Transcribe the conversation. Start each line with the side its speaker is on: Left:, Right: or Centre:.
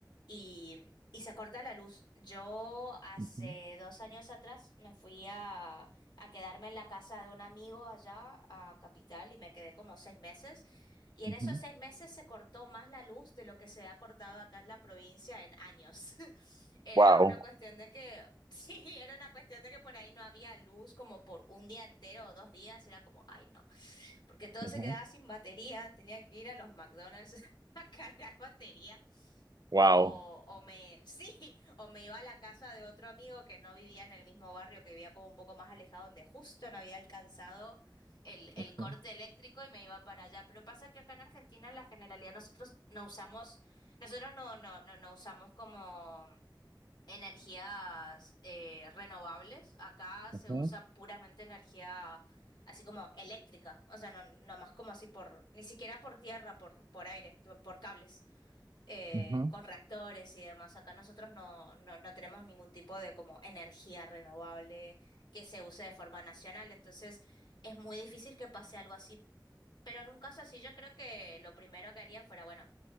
Left: y, y se corta la luz. Yo hace
Right: ujú,
Left: dos años atrás me fui a, a quedarme en la casa de un amigo allá a Capital y me quedé como seis meses. Y en
Right: ujú.
Left: esos seis meses se cortó más la luz de lo que se ha cortado acá en la provincia en años. <laughs> Era
Right: Wow.
Left: una cuestión de que, <laughs> sí, era una cuestión de que por ahí no había luz como por un día entero o dos días. Era como, ay, no, porque todo
Right: ujú,
Left: se quedaba sin batería. Tenía que ir a los McDonald's <laughs> a cargar batería.
Right: Wow.
Left: O, o me, <laughs> sí, o me iba a la casa de otro amigo que no vivía en el mismo barrio, que vivía como un poco más alejado, donde justo no había alcanzado el, el
Right: ujú,
Left: corte eléctrico y me iba para allá. Pero pasa que acá en Argentina, en la generalidad, nosotros no usamos, nosotros no, no, no, no usamos como energías eh, renovables. Acá
Right: ujú,
Left: se usa puramente energía así como eléctrica. O sea, no, no más como así por, ni siquiera por tierra, por, por aire, por cables eh,
Right: ujú.
Left: con reactores y demás. Acá nosotros no, no, no tenemos ningún tipo de como energía renovable que se use de forma nacional, entonces es muy difícil que pase algo así. Pero en un caso así, yo creo que lo primero que haría fuera, bueno,